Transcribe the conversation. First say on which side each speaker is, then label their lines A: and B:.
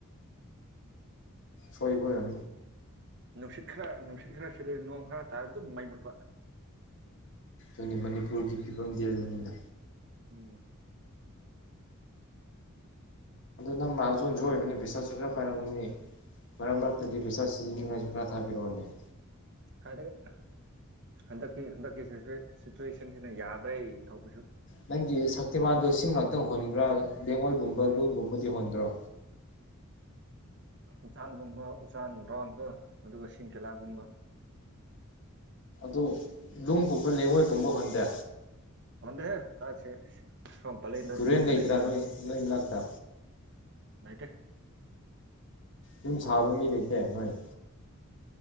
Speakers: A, on the left; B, on the right.
A: ꯁꯣꯏꯕꯣꯏ ꯑꯣꯏꯔꯝ <unintelligible>
B: ꯅꯨꯡꯁꯤꯠ ꯈꯔ ꯅꯨꯡꯁꯤꯠ ꯈꯔ ꯁꯤꯠꯂ ꯅꯣꯡ ꯈꯔ ꯇꯥꯔ ꯑꯗꯨꯝ ꯃꯩ ꯃꯨꯠꯄ
A: ꯑꯗꯨꯅꯤ ꯃꯅꯤꯄꯨꯔꯒꯤ ꯐꯤꯕꯝꯗꯤ ꯑꯗꯨꯅꯤꯅ
B: ꯎꯝ ꯎ
A: ꯅ ꯃꯍꯥꯖꯣꯟꯁꯨ ꯑꯣꯏꯕꯅꯤ ꯄꯩꯁꯥꯁꯨ ꯈꯔ ꯄꯥꯏꯔꯝꯅꯤ ꯃꯔꯛ ꯃꯔꯛꯇꯗꯤ ꯄꯩꯁꯥ ꯁꯤꯖꯤꯅꯤꯡꯉꯥꯏꯁꯨ ꯈꯔ ꯊꯥꯕꯤꯔꯛꯑꯣꯅꯦ <inaudible>
B: ꯀꯥꯏꯗꯩꯩ ꯍꯟꯗꯛꯀꯤ ꯍꯟꯗꯛꯀꯤ ꯁꯤꯆꯨꯋꯦ ꯁꯤꯆꯨꯋꯦꯁꯟꯁꯤꯅ ꯌꯥꯗꯔ꯭ꯦ ꯊꯧꯕꯁꯨ
A: ꯅꯪꯒꯤ ꯁꯛꯇꯤꯕꯥꯟꯗ ꯁꯤꯡ ꯉꯥꯛꯇꯥ ꯍꯣꯟꯕ꯭ꯔꯥꯗ ꯂꯦꯡꯉꯣꯏꯒꯨꯝꯕ ꯅꯨꯡꯒꯨꯝꯕꯗꯤ ꯍꯣꯟꯗ꯭ꯔꯣ
B: ꯎꯆꯆꯥꯟꯒꯨꯝꯕ ꯎꯆꯆꯥꯟ ꯕ꯭ꯔꯥꯎꯟꯀ ꯑꯗꯨꯒ ꯁꯤꯡ ꯀꯦꯂꯥꯒꯨꯝꯕ
A: ꯑꯗꯨ ꯅꯨꯡꯒꯨꯝꯕ ꯂꯩꯉꯣꯏꯒꯨꯝꯕ ꯍꯣꯟꯗꯦ
B: ꯍꯣꯟꯗꯦꯍꯦ <inaudible> ꯁꯣꯝ ꯄꯂꯦꯟꯗ
A: ꯇꯨꯔꯦꯟ
B: ꯂꯨꯡ
A: ꯂꯩꯇ꯭ꯔꯥ
B: ꯂꯩꯉꯣꯏꯕꯨ
A: ꯅꯣꯏ ꯅꯣꯏ ꯃꯅꯥꯛꯇ
B: ꯂꯩꯇꯦ
A: ꯌꯨꯝ ꯁꯥꯕ ꯃꯤ ꯂꯩꯇꯦ ꯅꯣꯏ